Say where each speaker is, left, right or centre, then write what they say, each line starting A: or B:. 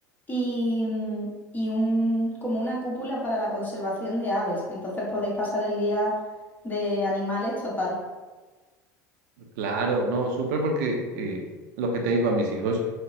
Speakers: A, on the left; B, on the right.
A: y, mm, y un, como una cúpula para la conservación de aves. Entonces podéis pasar el día de animales total.
B: Claro, no, súper porque eh, lo que te digo a mis hijos,